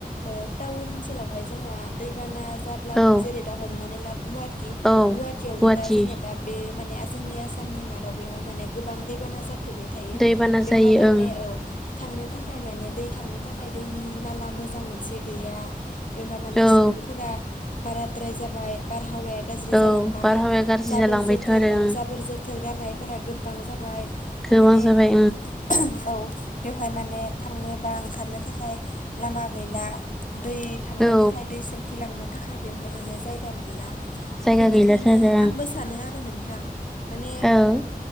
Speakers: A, on the left (about 55°); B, in the centre.
A: ओ टाउन ओनसोलावहाय जोङो ना दैबाना जाब्लाबो
B: औ
A: जेरै दा हमनानैला दि
B: औ
A: गुवाहाटियावनो
B: गुवाहाटि
A: दा जेनेबा बे माने जोंनि आसामनि मादाव बेवहाय माने गोबां दैबाना जाफ्लेबाय थायो
B: दैबाना
A: बेवहाय
B: जायो
A: माने
B: ओं
A: औ थांनो थाखाय माने दै थांनो थाखाय दैनि नाला मोजां मोनसे गैया बेवहाय माने
B: औ
A: सुबुंफोरा बाराद्राय जाबाय बार हावाया गाज्रि
B: औ
A: जालांबाय
B: बारहावाया गाज्रि
A: जाबोर
B: जालांबायथ'
A: जोथोर
B: आरो
A: औ
B: ओं
A: जाबोर जोथोर गारनायफोरा गोब बां जाबाय
B: गोबां
A: माने
B: जाबाय
A: ओं औ बेवहाय माने थांनो बा ओंखारनो थाखाय लामा गैला दै थांनो
B: औ
A: थाखाय दै सोरखि लांनो थाखाय बेवहाय माने जायगा मोनला
B: जायगा
A: बेनिखायनो
B: गैलाथ' आरो
A: आंबो सानो आरो नोंथां माने
B: ओं